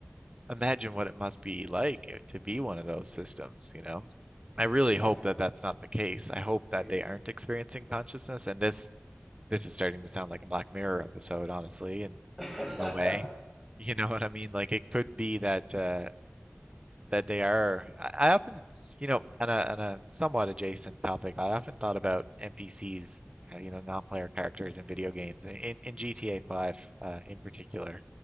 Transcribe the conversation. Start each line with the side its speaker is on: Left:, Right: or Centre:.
Right: imagine what it must be like eh, to be one of those systems, you know?
Centre: Exactly.
Right: I really hope that that's not the case. I hope that
Centre: Ex
Right: they aren't experiencing consciousness, and this this is starting to sound like a Black Mirror episode, honestly, and
Centre: <laughs>
Right: in a way, <laughs> you know what I mean? Like it could be that uh, that they are. I, I often, you know, on a on a somewhat adjacent topic, I often thought about NPCs, uh, you know, non-player characters in
Centre: Mhm.
Right: video games, in, in in GTA 5 uh, in particular.